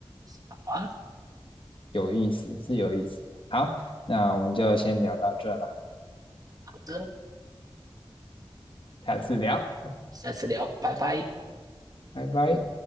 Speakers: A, on the right (about 40°); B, on the left (about 60°).
A: 好啊，
B: 有意思，是有意思的。好，那我们就先聊到这啦，
A: 好的，
B: 下次聊，
A: 下次聊，拜拜。
B: 拜拜。